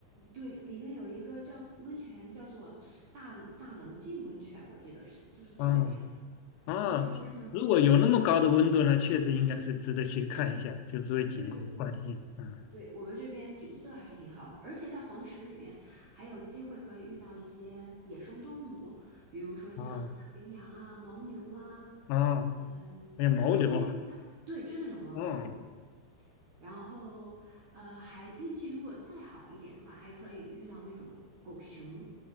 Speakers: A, on the right; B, on the left.
A: 对，里面有一个叫温泉，叫做大大棱镜温泉，我记得是，就是特别漂亮，
B: 哦！哦如果有那么高的温度呢，
A: 就是看上去就是，
B: 确实应该是值得去看一下，就是为景观关心。
A: 对对对
B: 嗯，
A: 对，我们这边景色还是挺好的，而且在黄石里面还有机会可以遇到一些野生动物，比如说像像羚羊啊、
B: 哦
A: 牦牛啊，
B: 哦，
A: 嗯、
B: 哎呀，牦牛啊，
A: 如果运气再好，对，真的有牦牛，
B: 嗯，
A: 然后呃，还运气如果再好一点的话，还可以遇到那种狗熊。